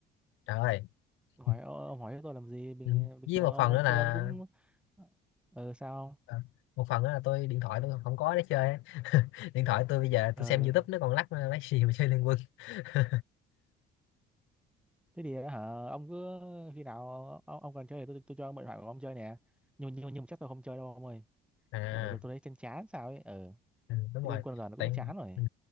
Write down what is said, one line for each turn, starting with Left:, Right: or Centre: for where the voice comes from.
Left: trời ơi
Centre: hỏi
Left: <laughs>
Centre: "Ô, ông hỏi tôi làm gì bình
Left: Ừ.
Centre: bình
Left: với
Centre: thường
Left: một
Centre: ông
Left: phần
Centre: ông
Left: nữa
Centre: chơi
Left: là
Centre: ông cũng ừ sao không
Left: à, một phần nữa là tôi điện thoại tôi không có để chơi á. <laughs> điện thoại tôi bây giờ
Centre: ừ
Left: tôi xem YouTube nó còn lắc lấy gì mà <laughs> chơi Liên Quân <laughs>
Centre: thế thì hả ông cứ khi nào ông, ông cần chơi thì tôi tôi cho ông mượn thoại của ông chơi nè nhưng nhưng nhưng mà chắc tôi không chơi đâu ông ơi
Left: à
Centre: giờ này tôi tôi thấy chán chán sao ấy ừ
Left: ừ, đúng
Centre: thế
Left: rồi
Centre: liên quân giờ nó
Left: tại
Centre: cũng chán rồi
Left: ừ.